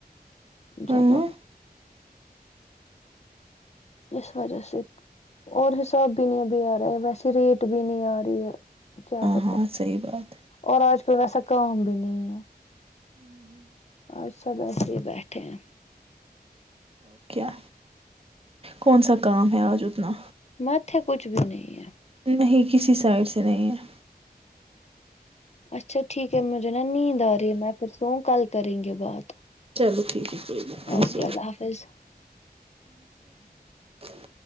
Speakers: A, on the right; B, on the left.
A: ہاں
B: جگہ اس وجہ سے اور حساب بھی نہیں ابھی آ رہا ہے ویسے ریٹ بھی نہیں آ رہی ہے کیا
A: ہاں
B: بتا
A: ہاں صحیح بات ہے۔
B: اور آج کل ویسا کام بھی نہیں ہے
A: ہوں ہوں
B: آج سب ایسے ہی بیٹھے ہیں
A: او کیا کون سا کام ہے آج اتنا
B: متے کچھ بھی نہیں ہے
A: نہیں کسی سائڈ سے نہیں ہے
B: اچھا ٹھیک ہے مجھے نا نیند آ رہی ہے میں پھر سووں کل کریں گے بات
A: چلو ٹھیک ہے
B: اوکے اللہ حافظ
A: <inaudible>